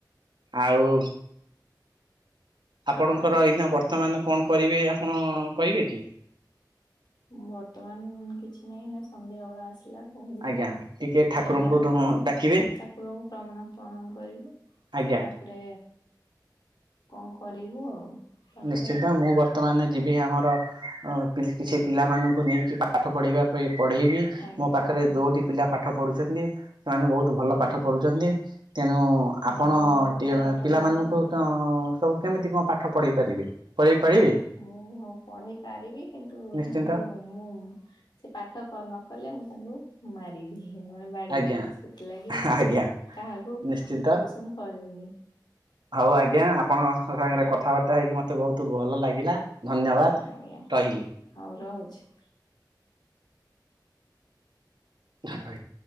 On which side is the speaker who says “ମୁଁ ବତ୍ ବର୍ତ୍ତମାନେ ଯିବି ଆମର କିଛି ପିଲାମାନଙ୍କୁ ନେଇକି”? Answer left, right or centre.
Right